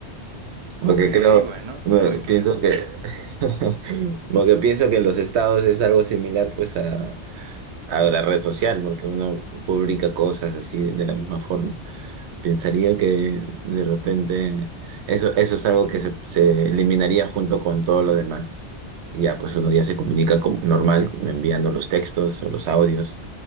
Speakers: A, on the right; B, on the right.
A: porque
B: Ok,
A: creo,
B: bueno,
A: me-
B: no me
A: pienso
B: quejo.
A: que, <laughs> porque pienso que los estados es algo similar, pues, a, a la red social, porque uno publica cosas así de la misma forma. Pensaría que de repente eso, eso es algo que se, se eliminaría junto con todo lo demás. Y ya, pues uno ya se comunica como normal, enviando los textos o los audios